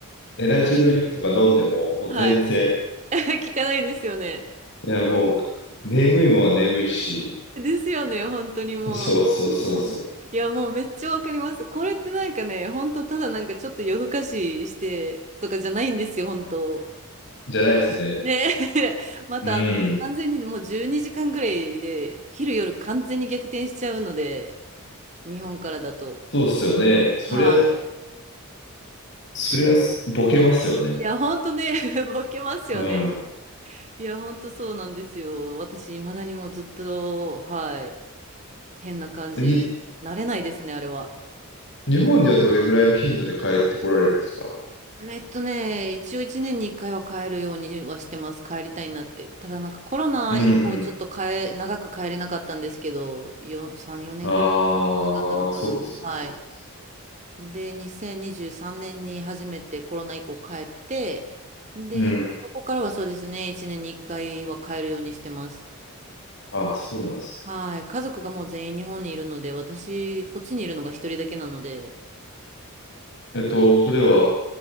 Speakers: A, on the left; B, on the right.
A: エナジードリンクとか飲んでも、もう全然、
B: の、はい。<laughs> 聞かないですよね。
A: いや、もう、眠いもんは眠いし、
B: ですよね、本当にもう。
A: そうそうそうそう。
B: <laughs> いや、もうめっちゃわかります。これってなんかね、本当ただなんかちょっと夜更かししてとかじゃないんですよ、本当。
A: じゃないですね。
B: ね、<laughs> またあの完全にもう12時間ぐらいで、
A: うん。
B: 昼夜完全に逆転しちゃうので、日本からだと。
A: そうっすよね。そりゃ、
B: は
A: そりゃ、ボケますよね。
B: い。いや、本当ね、<laughs> ボケますよね。
A: うん。
B: いや、本当そうなんですよ。私、いまだにもうずっと、はい、変な感じ、
A: に
B: 慣れないですね、あれは。
A: 日本にはどれぐらいの頻度で帰ってこられるんですか
B: えっとね、一応一年に一回は帰るようにはしてます。帰りたいなって。ただなんかコロナ以降ちょっと帰、
A: うんうん。
B: 長く帰れなかったんですけど、よ、3、4年ぐらい帰ってなかったのかな。
A: ああ、そうかそうかそうか。
B: はい。で、2023年にじゅうさんねんに初めてコロナ以降帰って、で、
A: うん。
B: そこからはそうですね、一年に一回は帰るようにしてます。
A: あそうなんですね。
B: はい。家族がもう全員日本にいるので、私、こっちにいるのが一人だけなので、
A: えっと、それは